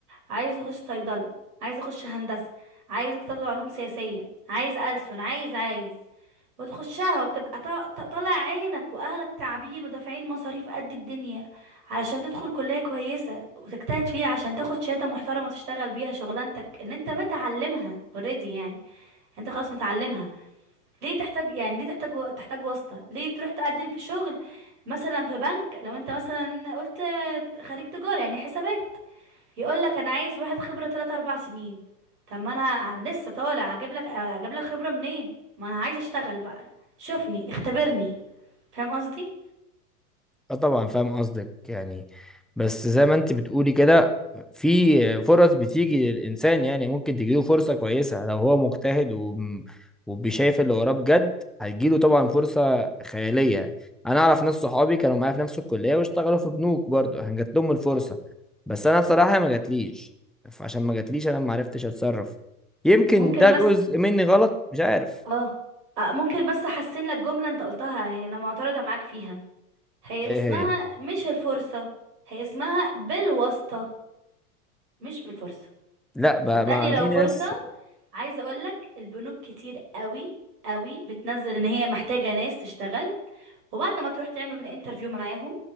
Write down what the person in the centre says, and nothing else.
اه طبعا فاهم قصدك يعني بس زي ما انت بتقولي كده في فرص بتيجي للإنسان يعني ممكن تجيله فرصة كويسة لو هو مجتهد وم- وبيشايف اللي وراه بجد هتجيله طبعا فرصة خيالية أنا أعرف ناس صحابي كانوا معايا في نفس الكلية واشتغلوا في بنوك برضو كان جات لهم الفرصة بس أنا بصراحة ما جاتليش فعشان ما جاتليش أنا ما عرفتش أتصرف يمكن
ده
جزء مني غلط مش عارف
إيه
هي
لا بقى
ما
في
ناس